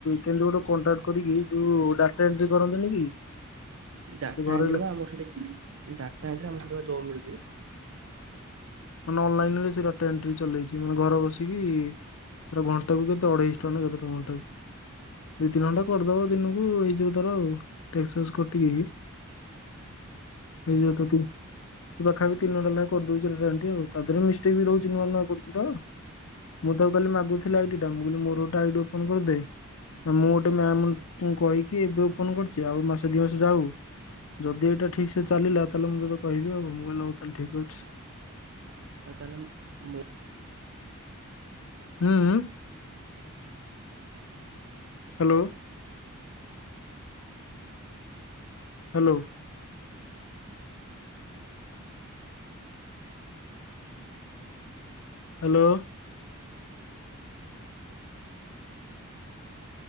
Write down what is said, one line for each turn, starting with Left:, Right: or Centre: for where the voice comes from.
Left: କେନ୍ତି ଗୋଟେ କଣ୍ଟା କରିକି ଯୋଉ ଡାଟା ଏଣ୍ଟ୍ରି କରନ୍ତିନି କି
Right: ଡାଟା
Left: ସେ ଘରେ
Right: ଏଣ୍ଟ୍ରି ବା ଆମର ସେଠି ଡାଟା ଏଣ୍ଟ୍ରି ଆମର ସେଠି ବା ଜବ୍ ମିଳୁଛି।
Left: ମାନେ ଅନଲାଇନ ରେ ସେ ଡାଟା ଏଣ୍ଟ୍ରି ଚଲେଇଛି ମାନେ ଘର ବସିକି ତାର ଘଣ୍ଟା କୁ କେତେ ଅଢେଇଶ ଟଙ୍କା ନା କେତେଟଙ୍କା ଘଣ୍ଟାକୁ। ଦି ତିନି ଘଣ୍ଟା କରିଦବ ଦିନକୁ ହେଇ ଯିବ ତାର ଆଉ। ଟେକ୍ସ ଫେକ୍ସ କଟିକି। ହେଇଯିବ
Right: ଭଲ
Left: <unintelligible>
Right: ତ
Left: ସେ ପାଖା ବିି ତିନି ଘଣ୍ଟା ଲାଖେ କରିଦଉଛି ଡେଲି ଡେଲି। ଆଉ ତା ଦେହରେ ମିଷ୍ଟେକ୍ ବି ରହୁଛି ନୂଆ ନୂଆ କରୁଛି ତ। ମୁଁ ତାକୁ କାଲି ମାଗୁଥିଲି ଆଇଡ୍ ଟା ମୁଁ କହିଲି ମୋର ଗୋଟେ ଆଇଡ୍ ଓପନ କରିଦେ। ମୁଁ ଗୋଟେ ମ୍ୟାାମ କହିକି ଏବେ ଓପନ କରିଛି ଆଉ ମାସେ ଦି ମାସ ଯାଉ। ଯଦି ଏଇଟା ଠିକ୍ ସେ ଚାଲିଲା ତାହେଲେ ମୁଁ ତୋତେ କହିବି ଆଉ। ମୁଁ କହିଲି ହଉ ତାହେଲେ ଠିକ ଅଛି।
Right: ଆଉ ତାହେଲେ ମୁଁ
Left: ହୁଁ ଉଁ। Hello. Hello. Hello.